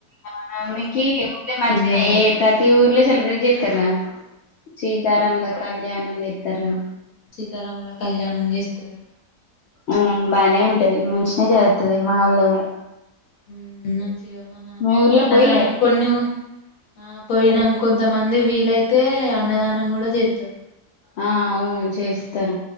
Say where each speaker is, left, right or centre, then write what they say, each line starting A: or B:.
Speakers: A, on the left; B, on the left.
A: ఇగ మా మమ్మీ కి ఊర్ళ మంచి
B: జరుగుతది
A: ఏ ప్రతి ఊర్లే సెలబ్రేట్ చేస్తారా సీతారాముల
B: ఉమ్,
A: కళ్యాణం చేతరు
B: సీతరాముల కళ్యాణం చేస్తారు
A: ఆ బానే ఉంటది మంచిన జరుతది మాఊళ్ళో కూడా
B: ఊ మంచి
A: మీ ఊర్లో
B: అన్నదానం
A: పోయిల్లా ఎప్పుడైనా
B: కొన్ని ఆ పోయినాం
A: కళ్యాణం?
B: కొంతమంది వీలైతే అయితే అన్నదానం కూడా చేతరు
A: ఆ అవును చేస్తరు